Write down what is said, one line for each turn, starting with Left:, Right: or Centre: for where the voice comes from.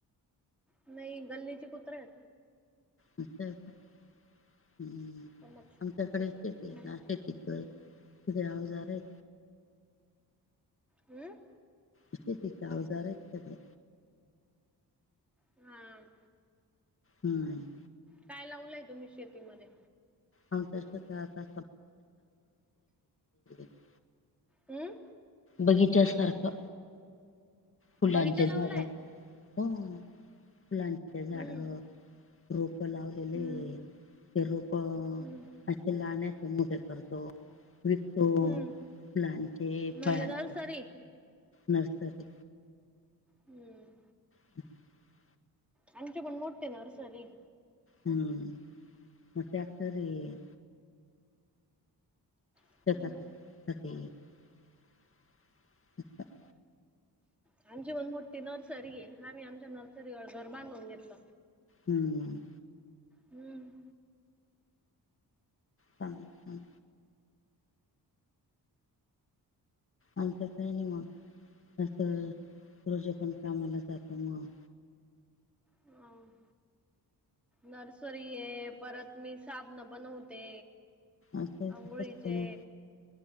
Centre: नाही गल्लीचे कुत्रे आहेत.
Left: असय का. हम
Centre: समज
Left: आमच्याकडे शेती
Centre: हम्म
Left: आहे ना शेतीत तिे अवजार आहे आहेत.
Centre: हम्म
Left: शेतीच अवजार हेत ग ते.
Centre: हम्म
Left: हम्म
Centre: काय लावलंय? तुम्ही शेतीमध्ये.
Left: आमच्या शेतात <unintelligible>
Centre: हं
Left: बगीच्यासारखं, फुलांचे
Centre: बगीचा लावलाय
Left: झाड हो फुलांचे झाड,
Centre: हम्म
Left: रोप लावल लेले.
Centre: हम्म
Left: ते रोप
Centre: हम्म
Left: असे लहाण्याचे मोठे करतो. विकतो.
Centre: हम्म
Left: फुलांचे,
Centre: म्हणजे
Left: फळांचे
Centre: नर्सरी
Left: नर्सरी
Centre: हम्म.
Left: <unintelligible>
Centre: आमचे पण मोठे नर्सरी हे.
Left: हम्म म ट्रॅक्टर हे.
Centre: हम्म
Left: <unintelligible>
Centre: आमची पण मोठठी नर्सरी हे, आम्ही आमच्या नर्सरी वर घर बांधून घेतल.
Left: हम्म
Centre: हम्म
Left: चांगल -चांगलंय आमच काही नाही मग अस रोजे पण कामाला जातो मग.
Centre: हम नर्सरी हे परत मी साबण बनवते.
Left: असं
Centre: अंघोळीचे.
Left: कसं बनव